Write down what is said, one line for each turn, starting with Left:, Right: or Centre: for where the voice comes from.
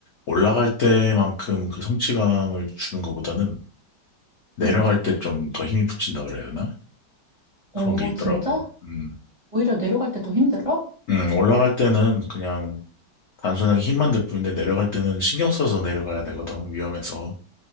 Left: 올라갈 때만큼 그 성취감을 주는 것보다는 내려갈
Right: 음.
Left: 때 좀 더 힘이 붙인다 그래야 되나?
Right: 어,
Left: 그런 게 있더라고.
Right: 진짜?
Left: 음.
Right: 오히려 내려갈 때 더 힘들어?
Left: 음, 올라갈 때는 그냥 단순하게 힘만 들 뿐인데 내려갈 때는 신경 써서 내려가야 되거든, 위험해서.